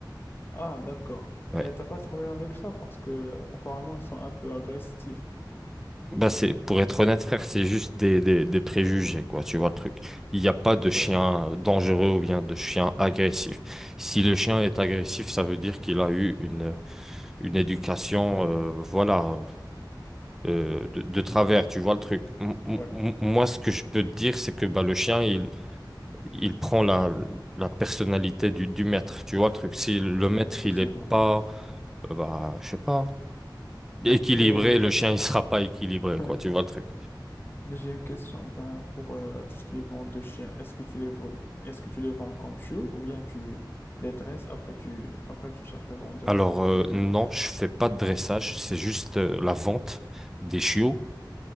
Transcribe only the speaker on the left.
Ah, d'accord.
Et t'as pas de problème avec ça parce que euh, apparemment ils sont un peu agressifs.
Ouais.
Donc,
Ouais.
Ouais,
effectivement.
Mais,
mais j'ai
<laughs>
mais j'ai une question. Ben, pour euh, tout ce qui est vente de chiens, est-ce que tu les vends? Est-ce que tu les vends comme chiots ou bien tu les dresses après tu après tu cherches le vendeur
ou quelque
chose du
genre?